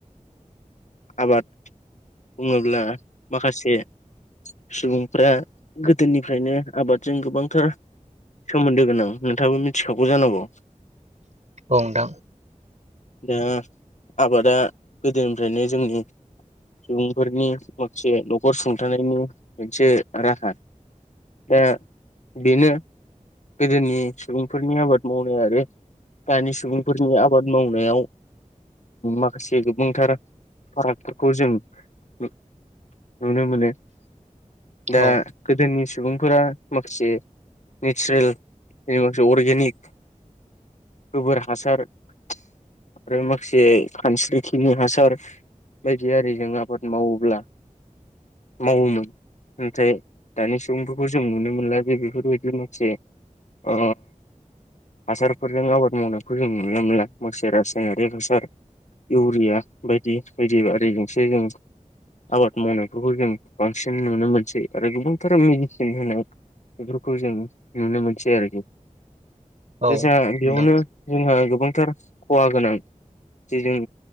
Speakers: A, on the left; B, on the right.
A: आबाद बुंङोब्ला माखासे सुबुंफ्रा गोदोनिफ्रायनो आबादजों गोबांथार सोमोन्दो गोनां नोंथांङाबो मिथिखागौ जानांगौ।
B: औ नोंथां।
A: दा आबादा गोदोनिफ्रायनो जोंनि सुबुंफोरनि माखासे न'खर सुंथानायनि मोनसे राहा। दा बेनो गोदोनि सुबुंफोरनि आबाद मावनाय आरो दानि सुबुंफोरनि आबाद मावनायाव माखासे गोबांथार फारागफोरखौ जों नुनो मोनो। दा
B: औ
A: गोदोनि सुबुंफोरा माखासे नेचारेल <unintelligible> अर्गेनिक गोबोर हासार आरो माखासे खानस्रिखिनि हासार बायदि आरिजों आबाद मावोब्ला मावोमोन। नाथाय दानि सुबुंफोरखौ जों नुनो मोनला बे बेफोरबायदि माखासे अ हासारफोरजों आबाद मावनायखौ जों नुनो मोनला माखसे रासायनारि हासार इउरिया बायदि बायदि आरारिजोंसो जों आबाद मावनायफोरखौ जों बांसिन नुनो मोनसै आरो गोबांथार मेडिसिन होनायाव बेफोरखौ जों नुनो मोनसै आरोखि। दा
B: औ
A: जों
B: नोंथां
A: बेयावनो जोंहा गोबांथार खहा गोनां जे जों